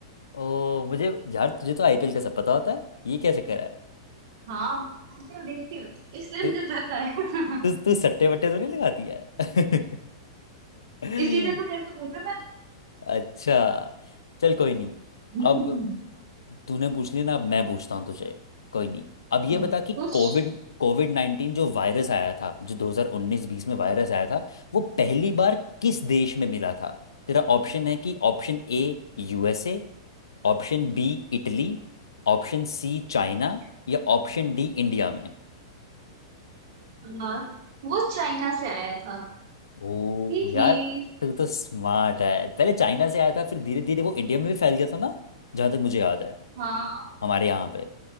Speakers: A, on the left; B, on the right.
A: ओ मुझे यार तुझे तो आईपीएल का सब पता होता है ये क्या चक्कर है
B: हाँ मैं आईपीएल देखती हूँ इसलिए
A: तू
B: मुझे पता है
A: तू तू सट्टे वट्टे तो नहीं लगाती है
B: <laughs>
A: <laughs>
B: इसीलिए तो तेरे से पूछा मैंने
A: अच्छा चल कोई नहीं
B: हम्म
A: अब तूने पूछ लिया ना अब मैं पूछता हूँ तुझे कोई नहीं अब ये
B: हाँ,
A: बता कि
B: उस
A: कोविड कोविड नाइन्टीन जो वायरस आया था जो 2019-20 में वायरस आया था वो पहली बार किस देश में मिला था तेरा ऑप्शन है कि option A USA option B Italy option C China
B: हाँ
A: या ऑप्शन डी इंडिया में
B: हाँ वो चाइना से आया था
A: ओ
B: ही ही
A: यार तू तो स्मार्ट है पहले चाइना से आया था फिर धीरे धीरे वो इंडिया में भी फैल गया था ना जहाँ तक मुझे याद है
B: हाँ
A: हमारे यहाँ पे